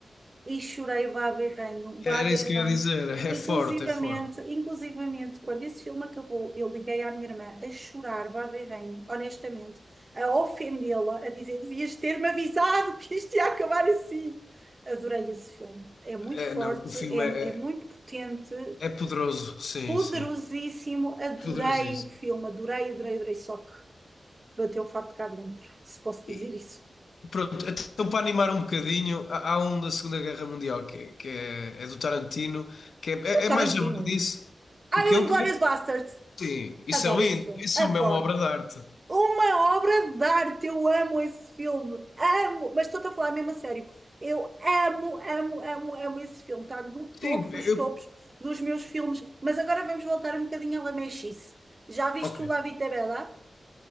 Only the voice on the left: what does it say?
Era
isso que eu ia dizer. É
forte, é forte.
É,
não, o filme
é,
é poderoso, sim,
sim.
Poderosíssimo.
E,
pronto, então para animar um bocadinho, há, há um da Segunda Guerra Mundial que, é, que é, é do Tarantino, que é, é, é
mais javardice.
O que
é o
quê?
Sim, isso
é lindo.
Isso
é uma obra de arte.
Sim,
eu.
ok.